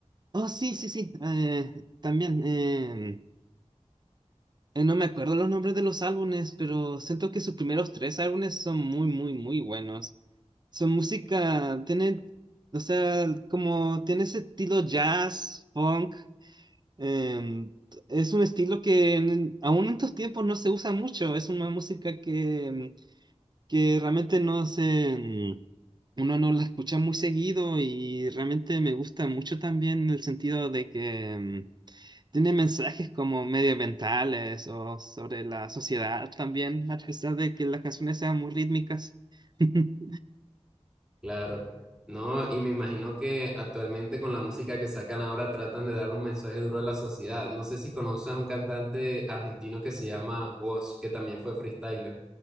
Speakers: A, on the right; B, in the centre.
A: Oh, sí, sí, sí. eh, también, eh, eh, no me acuerdo los nombres de los álbumes, pero siento que sus primeros tres álbumes son muy, muy, muy buenos. Su música tiene, o sea, como tiene ese estilo jazz, funk. em, es un estilo que en- aún en estos tiempos no se usa mucho. Es una música que, em, que realmente no se, em, uno no la escucha muy seguido y realmente me gusta mucho también en el sentido de que em, tiene mensajes como medioambientales o sobre la sociedad también, a pesar de que las canciones sean muy rítmicas. <laughs>
B: Claro, no, y me imagino que actualmente con la música que sacan ahora tratan de darle un mensaje duro a la sociedad. No sé si conoces a un cantante argentino que se llama Wos, que también fue freestyler.